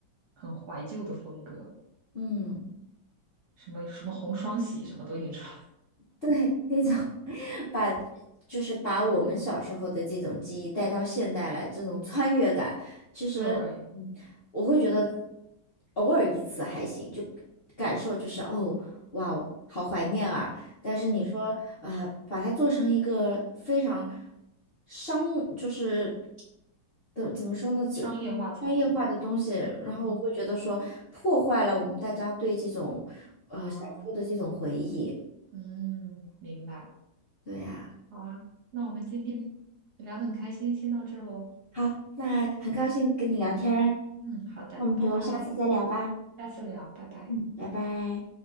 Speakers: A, on the right; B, on the left.
A: 很怀旧的风格，
B: 嗯。
A: 什么什么红双喜，什么都印出来。
B: 对，那种 <laughs> 把就是把我们小时候的这种记忆带到现代来，这种穿越感，其实嗯我会觉得
A: <laughs> 对，
B: 偶尔一次还行，就感受就是哦，哇哦，好怀念啊！但是你说啊、
A: 嗯，
B: 把它做成一个非常商，就是怎怎么说呢，只商业化的东西，
A: 商业化操作，
B: 然后我会觉得说破坏了我们大家对这种呃小时候的这种回忆，
A: 嗯啊，嗯，明白。
B: 对啊。
A: 好啊，那我们今天聊得很开心，先到这儿喽。
B: 好，那很高兴跟你聊天儿，
A: 嗯，好的，
B: 那我们就下次再聊吧。
A: 拜拜，下次聊，拜拜。
B: 嗯，拜拜。